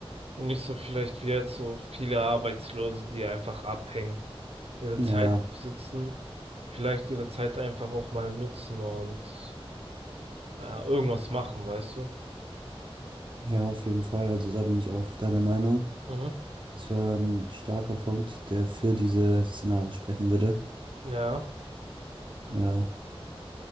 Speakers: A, on the right (about 75°); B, on the right (about 55°).
A: Und nicht so vielleicht wie jetzt so viele Arbeitslose, die einfach abhängen, ihre
B: Ja,
A: Zeit absitzen, vielleicht ihre Zeit einfach auch mal nutzen und äh, irgendwas machen, weißt du?
B: ja, auf jeden Fall. Also da bin ich auch deiner Meinung.
A: Mhm.
B: Das wäre ein starker Punkt, der für diese Szenario sprechen würde.
A: Ja.
B: Ja,